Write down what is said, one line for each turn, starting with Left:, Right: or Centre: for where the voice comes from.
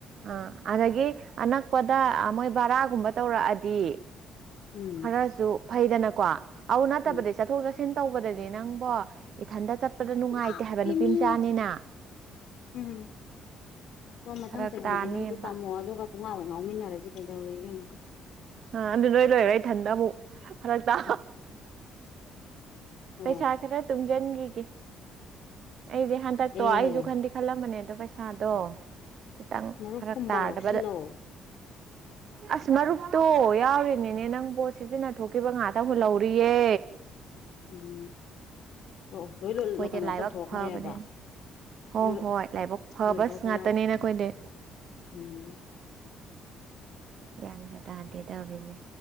Right: ꯑ ꯑꯗꯨꯗꯒꯤ ꯑꯅꯛꯄꯗ ꯃꯣꯏꯕꯔꯥꯒꯨꯝꯕ ꯇꯧꯔꯛꯑꯗꯤ
Left: ꯎꯝ
Right: ꯈꯔꯁꯨ ꯐꯩꯗꯅꯀꯣ ꯑꯗꯨ ꯅꯠꯇꯕꯗꯤ
Left: ꯎꯝ
Right: ꯆꯠꯊꯣꯛ ꯆꯠꯁꯤꯟ ꯇꯧꯕꯗꯗꯤ ꯅꯪꯕꯣ ꯏꯊꯟꯇ ꯆꯠꯄꯗ ꯅꯨꯡꯉꯥꯏꯇꯦ
Left: ꯂꯥꯞꯄꯤ
Right: ꯍꯥꯏꯕ ꯅꯨꯄꯤ
Left: ꯃꯤ
Right: ꯃꯆꯥꯅꯤꯅ ꯎꯝ
Left: ꯎꯝ ꯍꯣꯏ ꯃꯊꯪ
Right: ꯐꯔꯛ
Left: ꯆꯍꯤꯒꯤꯗꯨꯗꯤ
Right: ꯇꯥꯅꯦꯕ
Left: ꯅꯪꯁꯨ ꯇꯝꯃꯣ ꯑꯗꯨꯒ ꯄꯨꯡꯉꯥ ꯍ ꯉꯥꯎꯃꯤꯟꯅꯔꯁꯤ ꯀꯩꯗꯧꯔꯒꯦ ꯑꯃꯨꯛꯀ
Right: ꯑ ꯑꯗꯨ ꯅꯣꯏ ꯂꯣꯏꯔꯦ ꯏꯊꯟꯗꯕꯨꯧ ꯐꯔꯛ ꯆꯥ
Left: ꯎꯝ ꯍꯣꯏ
Right: ꯄꯩꯁꯥ ꯈꯔ ꯇꯨꯡꯁꯤꯟꯈꯤꯒꯦ ꯑꯩꯗꯤ ꯍꯟꯗꯛꯇꯣ
Left: ꯑꯦ
Right: ꯑꯩꯁꯨ ꯈꯟꯗꯤ ꯈꯜꯂꯝꯕꯅꯦꯗ ꯑꯗꯣ ꯄꯩꯁꯥꯗꯣ ꯈꯤꯇꯪ
Left: ꯃꯔꯨꯞꯀꯨꯝꯕ
Right: ꯐꯔꯛ ꯇꯥꯗꯕꯗ
Left: ꯌꯥꯎꯁꯤꯜꯂꯣ
Right: ꯑꯁ ꯃꯔꯨꯞꯇꯣ ꯌꯥꯎꯔꯤꯅꯤꯅꯦ ꯅꯪ ꯄꯣꯠ ꯁꯤꯖꯤꯟꯅ ꯊꯣꯛꯈꯤꯕ ꯉꯥꯛꯇꯪꯈꯨꯣꯏꯍꯧꯔꯤꯌꯦ
Left: ꯎꯝ ꯑꯣ ꯂꯣꯏ
Right: ꯑꯩꯈꯣꯏꯗꯤ
Left: ꯀꯩꯅꯣ
Right: ꯂꯥꯏꯕꯛ
Left: ꯇꯧꯊꯣꯛꯈ꯭ꯔꯦꯕ
Right: ꯐꯕꯅꯤꯅ ꯍꯣꯏ
Left: ꯑꯗꯨ
Right: ꯍꯣꯏ ꯂꯥꯏꯕꯛ ꯐꯕꯁ
Left: ꯂꯣꯏꯗꯕ
Right: ꯉꯥꯛꯇꯅꯦ
Left: ꯌꯥꯕ
Right: ꯅꯈꯣꯏꯗꯤ
Left: ꯎꯝ
Right: ꯒ꯭ꯌꯥꯟꯒ ꯇꯥꯗꯦ ꯇꯧꯔꯤꯁꯦ